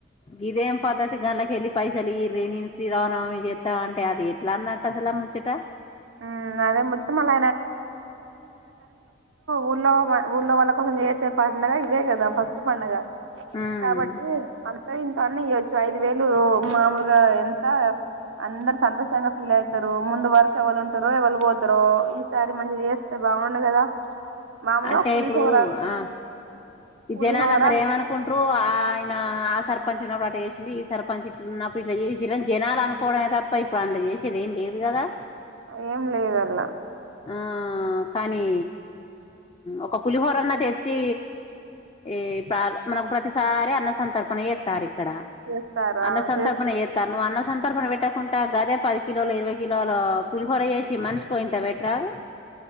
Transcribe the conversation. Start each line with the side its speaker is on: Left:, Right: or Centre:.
Left: గిదేం పాద గలకలో పైసలు ఎయ్యిరు నేను శ్రీ రామా నవమి చేస్తాం అంటే అది ఎట్లా అన్న ట్ట అసలు ఆ ముచ్చట
Right: ఉమ్ అదే ముచ్చట మళ్ళ ఊళో ఊళ్ళో వాళ్ళ కోసం చేసే పండగ ఇదే కదా ఫస్ట్ పండగ
Left: ఉమ్
Right: కాబట్టి అంతా ఇ తన్ని ఇయచ్చు ఐదు వేలు మామూలుగా ఎంత అందరు సంతోషంగా ఫీల్ అవుతారు ముందు వరకు ఎవలుంట తరి వెవళ్ళ పోతారో ఈసారి మంచిగా చేస్తే బాగుండ కదా మామూలుగా
Left: అంటే
Right: పులిహోర
Left: ఇప్పుడు ఆ ఈ
Right: పులిహోర
Left: జనాలు అందర ఏమనుకుంట్ర ఆ ఆయన సర్పంచ్ ఉన్నప్పుడు అలా చేసిండే ఈ సర్పంచ్ ఇట్లు ఉన్నప్పుడు ఇట్లా చేసని జనాలు అనుకోవమే తప్ప ఇప్పుడు అందులా చేసేది ఏం లేదు కదా
Right: ఏం లేదలా
Left: ఆ కానీ ఒక పులిహోరన్న తెచ్చి ఈ మనకు ప్రతిసారి అన్న సంతర్పణస్తారు
Right: చేస్తారా
Left: అన్న సంతర్పణ
Right: చేస్తారు
Left: ఏతారు నువ్ అన్న సంతర్పణ పెట్టకుంట గదే పది కిలోలు ఇరవై కిలోలు పులిహోర చేసి మనిసిపోయెంత పెట్ ఎ రాదు